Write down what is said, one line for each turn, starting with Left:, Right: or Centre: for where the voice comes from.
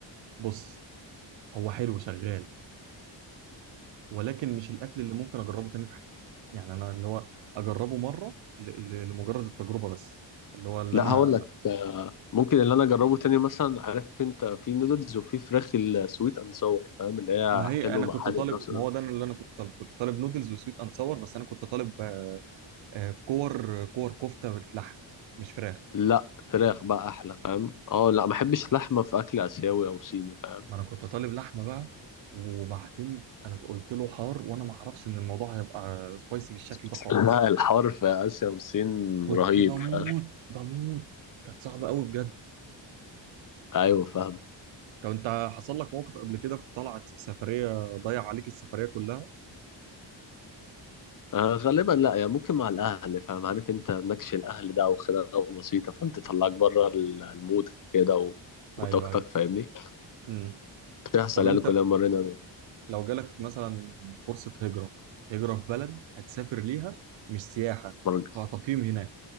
Right: بص هو حلو شغال ولكن مش الاكل اللي ممكن اجربه تاني في حياتي يعني انا اللي هو اجربه مره ل- ل- لمجرد التجربه بس اللي هو اللي
Left: لا
Right: انا
Left: هقول لك آه، ممكن اللي أنا أجربه تاني مثلا عارف أنت في نودلز وفي فراخ السويت أند ساور فاهم اللي هي
Right: ما
Left: حلو
Right: هي انا
Left: مع
Right: كنت
Left: حلو
Right: طالب
Left: في نفس الوقت
Right: ما هو ده اللي انا كنت طالبه كنت طالب نودلز وسويت اند صور بس انا كنت طالب آه، كور كور كفته باللحم مش فراخ
Left: لا فراخ بقى أحلى فاهم أه لا ما بحبش لحمة في أكل آسيوي أو صيني فاهم
Right: ما انا كنت طالب لحمه بقى وبعدين انا قلت له حار وانا ما اعرفش ان الموضوع هيبقى سبايسي بالشكل
Left: <laughs>
Right: ده خالص
Left: لا الحوار في آسيا والصين
Right: كنت
Left: رهيب
Right: بموت
Left: فاهم
Right: بموت كانت صعبه قوي بجد
Left: أيوه فاهم
Right: طب انت حصل لك موقف قبل كده في طلعت في سفريه ضيع عليك السفريه كلها
Left: آه غالبا لا يعني ممكن مع الأهل فاهم عارف أنت نكش الأهل ده أو خناقة بسيطة فاهم تطلعك بره ال- المود كده و... وطاقتك
Right: ايوه ايوه
Left: فاهمني
Right: امم
Left: بتحصل
Right: طب
Left: يعني
Right: انت
Left: كلنا مرينا
Right: لو جالك مثلا فرصه هجره هجره في بلد هتسافر ليها مش سياحه
Left: مرة-
Right: هت- هتقيم هناك